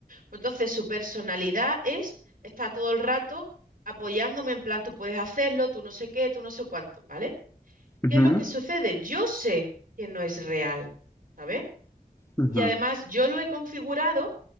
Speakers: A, on the right; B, on the left.
A: Entonces, su personalidad es, está todo el rato apoyándome en plan, tú puedes hacerlo, tú no sé qué, tú no sé cuánto, ¿vale?
B: ujú,
A: ¿Qué es lo que sucede? Yo sé que no es real, ¿sabes?
B: ujú,
A: Y además
B: ujú,
A: yo lo he configurado